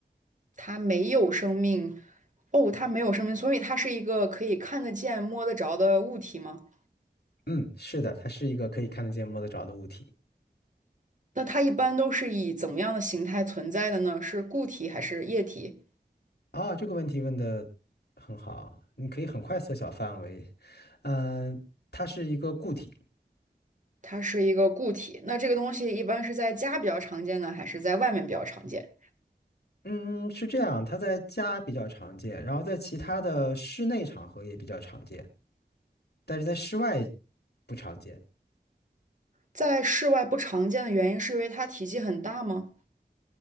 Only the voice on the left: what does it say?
嗯，是的，它是一个可以看得见、摸得着的物体。
哦，这个问题问的很好，你可以很快缩小范围。嗯、它是一个固体。
嗯，是这样，它在家比较常见，然后在其他的室内场合也比较常见，但是在室外不常见。